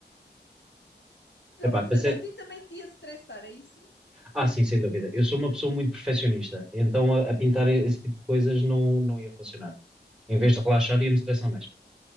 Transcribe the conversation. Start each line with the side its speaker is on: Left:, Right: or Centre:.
Centre: Epá,
Left: Ou
Centre: para
Left: seja,
Centre: ser...
Left: a ti também te ia estressar, é isso?
Centre: Ah, sim, sem dúvida. Eu sou uma pessoa muito perfeccionista, então a, a pintar esse tipo de coisas não, não ia funcionar. Em vez de relaxar, ia me estressar mais.